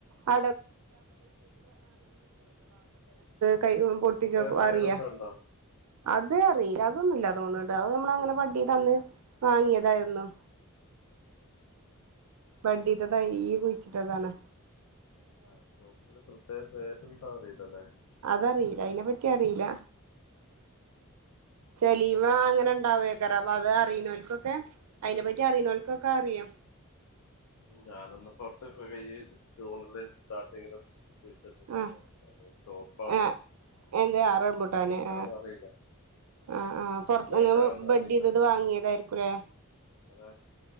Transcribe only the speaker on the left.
പ്രത്യേക
പേരെന്തോ
ഉണ്ടോ
ആാ ഷോപ്പില് പ്രത്യേക പേര് എന്താ എന്ന് അറിയില്ലല്ലേ
ഉം ഞാനൊന്ന് പൊറത്തേ പിടികെ ജൂണില് സ്റ്റാർട്ടിങ്ങിന് കുഴിച്ചിട്ടിടെണ്ടാരുന്ന്
അത് ചെമപ്പാണ്
ഏതാന്ന്
അറിയില്ല
ചെ
ഏതാണാന്ന്
അറിയില്ല
അതെ